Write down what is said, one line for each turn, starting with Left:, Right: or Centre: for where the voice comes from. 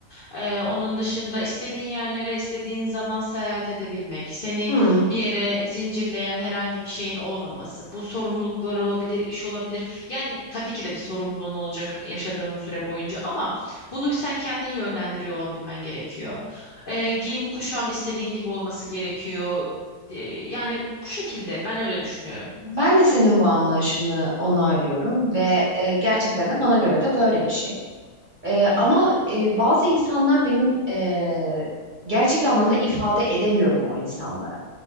Left: E, onun dışında istediğin yerlere, istediğin zaman seyahat edebilmek, seni
Right: Hmm.
Left: bir yere zincirleyen herhangi bir şeyin olmaması. Bu sorumluluklar olabilir, iş olabilir. Yani tabii ki de bir sorumluluğun olacak yaşadığın süre boyunca ama bunu sen kendin yönlendiriyor olabilmen gerekiyor. Ee, giyim kuşam istediğin gibi olması gerekiyor. Ee, yani bu şekilde ben öyle düşünüyorum.
Right: Ben de senin bu anlayışını onaylıyorum ve e, gerçekten de bana göre de böyle bir şey. E,
Left: Hı hı.
Right: ama e, bazı insanlar benim e, gerçek anlamda ifade edemiyorum o insanlara.